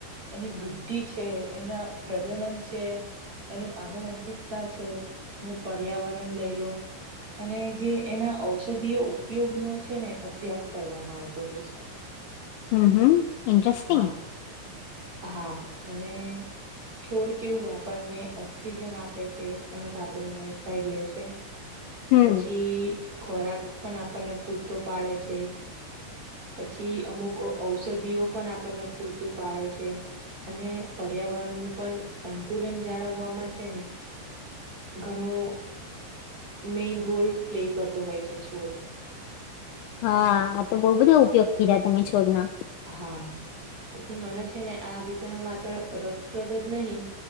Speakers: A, on the right; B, on the left.
A: એની વૃદ્ધિ છે એના પ્રજનન છે એની આનુવંશિકતા છે એનું પર્યાવરણ લઈ લો અને જે એના ઔષધીય ઉપયોગનો છે ને અભ્યાસ કરવામાં આવતો હોય છે.
B: હમ્મ હમ્મ ઇન્ટરેસ્ટિંગ!
A: હા હા અને છોડ કેવું આપણને ઓક્સિજન આપે છે અને કાર્બન ડાયોક્સાાઈડ લે છે.
B: હમ
A: પછી ખોરાક પણ આપણને પૂરતો પાડે છે. પછી અમુક ઔષધિઓ પણ આપણને પૂરતું પાડે છે. અને પર્યાવરણ નું પણ સંતુલન જાળવવામાં છે ને ઘણો મેઈન રોલ પ્લે કરતો હોય છે છોડ
B: હા આ તો બઉુ બધા ઉપયોગ કર્યા તમે છોડના.
A: હા પથી મને છે ને આ વિષયમાં માત્ર રસપ્રદ જ નહી